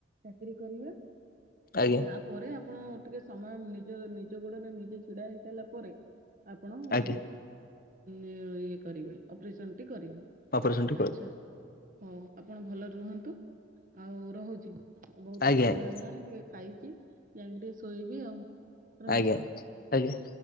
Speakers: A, on the right; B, on the left.
A: ଚାକିରି କରିବେ
B: ଆଜ୍ଞା।
A: ତା ପରେ ଆପଣ ଟିକେ ସମୟ ନିଜ ନିଜ ଗୋଡରେ ନିଜେ ଛିଡା ହେଇସାରିଲା ପରେ। ଆପଣ ନଂ
B: ଆଜ୍ଞା
A: ଇଏ କରିବେ ଅପରେସନ ଟି କରିବେ।
B: ଅପରେସନଟି
A: ଆଚ୍ଛା
B: କରୁ।
A: ହଉ ଆପଣ ଭଲରେ ରୁହନ୍ତୁ ଆଉ ରହୁଛି ବହୁତ
B: ଆଜ୍ଞା
A: ସମୟ
B: ଆଜ୍ଞା
A: ହେଇଗଲାଣି ଟିକେ ଖାଇଚି ଯାଇକି ଟିକେ ଶୋଇବି ଆଉ ରହୁଛି
B: ଆଜ୍ଞା ଆଜ୍ଞା।